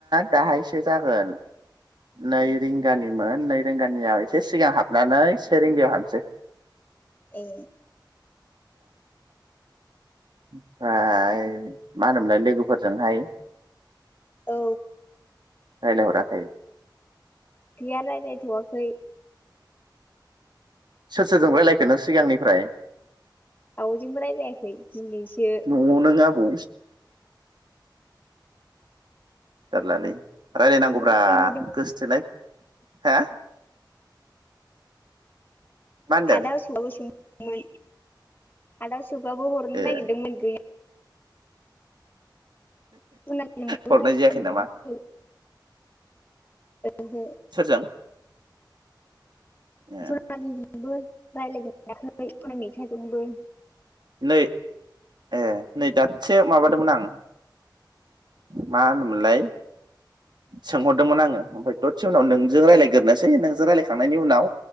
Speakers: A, on the right; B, on the left.
A: दाहायसो जागोन नै रिंगानिमोन नै रिंगानियाव एसे सिगां हाबनानै से रिंगायाव हाबनोसै।
B: ए।
A: ओमफ्राय मा होनोमलाय लोगोफोरजोंहाय
B: औ।
A: रायलाय हराखै?
B: गैया रायलाय थ'आखै।
A: सोर सोरजों राय्लायखो नों सिगांनिफ्राय
B: रावजोंबो रायज्लायाखै दिनैसो
A: न'आव नों आबौ जारलालै <inaudible> रायज्लायनांगौब्रा
B: गैया सोंहरदों
A: गोसोथोनाय हा? मा होनदों
B: आदा साबस मोन आदा जुगाबो हरनो
A: ए
B: नागिरदोंमोन गैया सनालिजोंबो
A: हरनाय
B: रायज्लायनो
A: जायाखै नामा?
B: मोनाखै
A: <inaudible>
B: ओहो।
A: सोरजों ए
B: ज ब रायला दों <unintelligible> दाख एखनो मेथाइाजंबो। <unintelligible>
A: नै ए नै दासेो माबादोंमोन आं। मा मोन मोनलाय? सोंहरदोंमोन आङो। ओफ्रायाय दसे उावोंजों रायलाय ग्रनोसै नोंजों रायलायखांनायनि उनाव